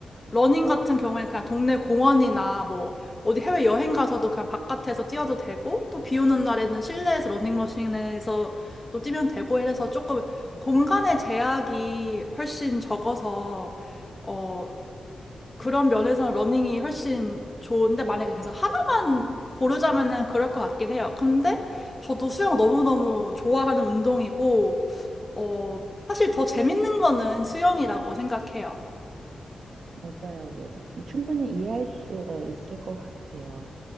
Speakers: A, on the left (about 20°); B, on the right (about 60°).
A: 러닝 같은 경우에는 그냥 동네 공원이나 뭐 어디 해외 여행 가서도 그냥 바깥에서 뛰어도 되고 또 비 오는 날에는 실내에서 러닝머신에서 또 뛰면 되고 이래서 조금 공간의 제약이 훨씬 적어서 어, 그런 면에서는 러닝이 훨씬 좋은데 만약에 그래서 하나만 고르자면은 그럴 것 같긴 해요. 근데 저도 수영 너무너무 좋아하는 운동이고, 어, 사실 더 재밌는 거는 수영이라고 생각해요.
B: 맞아요, 네. 충분히 이해할 수 예, 있을 것 같아요.